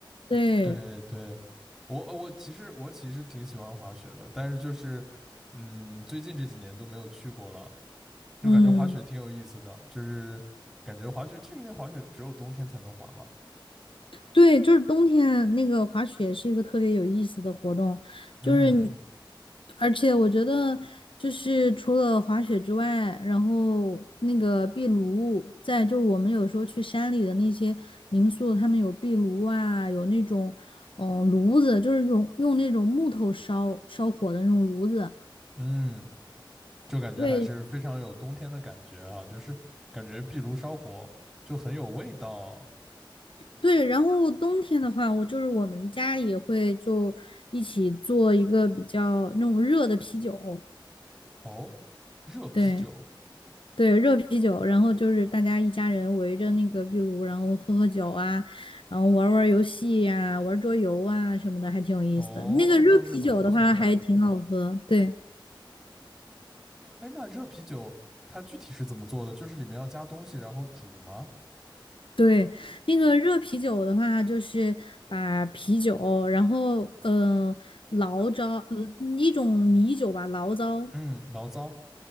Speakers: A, on the left (about 80°); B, in the centre.
A: 对，
B: 对对，我我其实我其实挺喜欢滑雪的，但是就是嗯，最近这几年都没有去过了，就感觉滑雪挺有意思的，
A: 嗯。
B: 就是感觉滑雪，就因为滑雪只有冬天才能滑嘛，
A: 对，就是冬天那个滑雪是一个特别有意思的活动，
B: 嗯
A: 就是你，而且我觉得就是除了滑雪之外，然后那个壁炉，在就我们有时候去山里的那些民宿，他们有壁炉啊，有那种嗯炉子，就是用用那种木头烧烧火的那种炉子。
B: 嗯，就感觉还是非常有冬天的感觉啊，
A: 对
B: 就是感觉壁炉烧火就很有味道
A: 对，然后冬天的话，我就是我们家里也会就一起做一个比较那种热的啤酒，
B: 哦，热啤酒
A: 对。对，热啤酒，然后就是大家一家人围着那个壁炉，然后喝喝酒啊，然后玩儿玩儿游戏呀、玩儿桌游啊什么的，还挺有意思的。
B: 哦，
A: 那个热啤酒的话还挺好喝，
B: 都是很不错的。
A: 对
B: 哎，那热啤酒它具体是怎么做的？就是里面要加东西然后煮吗？
A: 对，那个热啤酒的话就是把啤酒，然后嗯、呃醪糟，呃一种米酒吧，醪糟，
B: 嗯，醪糟。